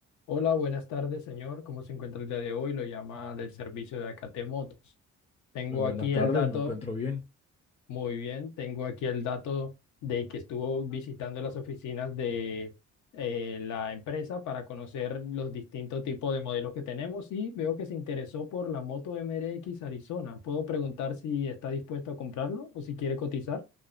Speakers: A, on the left; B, on the left.
A: Hola, buenas tardes, señor. ¿Cómo se encuentra el día de hoy? Lo llama del servicio de Acate Motos. Tengo
B: Muy buenas
A: aquí
B: tardes,
A: el dato,
B: me encuentro bien.
A: muy bien, tengo aquí el dato de que estuvo visitando las oficinas de eh, la empresa para conocer los distintos tipos de modelos que tenemos y veo que se interesó por la moto MRX Arizona. ¿Puedo preguntar si está dispuesto a comprarlo o si quiere cotizar?